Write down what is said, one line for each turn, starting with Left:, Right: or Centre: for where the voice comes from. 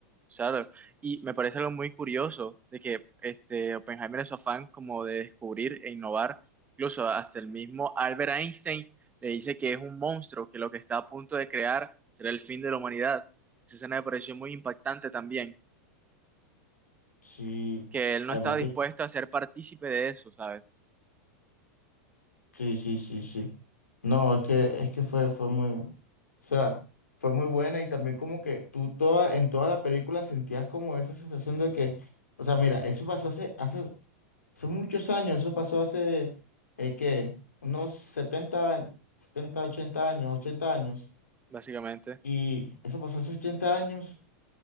Right: claro. Y me parece algo muy curioso de que este Oppenheimer es su afán como de descubrir e innovar, incluso hasta el mismo Albert Einstein le dice que es un monstruo, que lo que está a punto de crear será el fin de la humanidad. Esa escena me pareció muy impactante también,
Left: Sí,
Right: que él no
Left: además
Right: estaba dispuesto
Left: de,
Right: a ser partícipe de eso, ¿sabes?
Left: sí, sí, sí, sí. No, es que, es que fue, fue muy, o sea, fue muy buena y también como que tú toda, en toda la película sentías como esa sensación de que, o sea, mira, eso pasó hace, hace, hace muchos años, eso pasó hace, eh, ¿qué? Unos setenta setenta 80 años, 80 años,
Right: Básicamente.
Left: y eso pasó hace 80 años